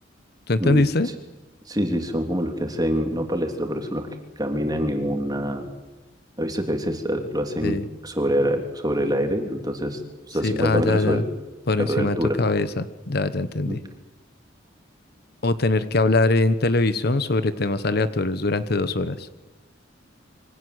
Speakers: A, on the left; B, on the right.
A: ¿Tú entendiste?
B: Mm, Sí, sí, sí, son como los que hacen, no palestra, pero son los que caminan en una... He visto que a veces eh, lo hacen
A: Sí,
B: sobre, el- sobre el aire, entonces, o sea,
A: sí,
B: 50
A: ah,
B: metros
A: ya, ya.
B: sobre,
A: Por
B: claro,
A: encima
B: de altura.
A: de tu cabeza. Ya, ya entendí.
B: Ujú.
A: O tener que hablar en televisión sobre temas aleatorios durante dos horas.